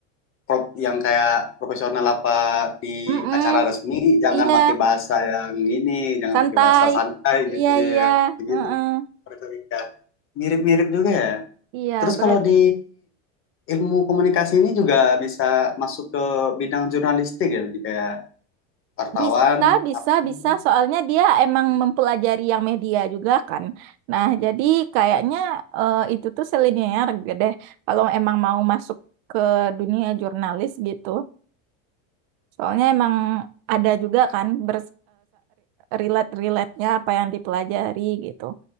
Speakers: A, on the left; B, on the right.
A: prop yang kayak profesional apa di
B: Mm-mm,
A: acara resmi, jangan
B: iya,
A: pakai bahasa yang ini, jangan
B: santai.
A: pakai bahasa santai
B: Iya,
A: gitu ya.
B: iya.
A: Begitu.
B: mm-mm.
A: Puerto Rica. Mirip-mirip juga ya.
B: Iya,
A: Terus
B: berat.
A: kalau di ilmu komunikasi ini juga bisa masuk ke bidang jurnalistik ya, jadi kayak wartawan,
B: Bisa, bisa,
A: apa ya
B: bisa. Soalnya dia emang mempelajari yang media juga kan. Nah, jadi kayaknya eh, itu tuh selinier deh. Kalau emang mau masuk ke dunia jurnalis gitu. Soalnya emang ada juga kan ber, relate-relate-nya apa yang dipelajari gitu.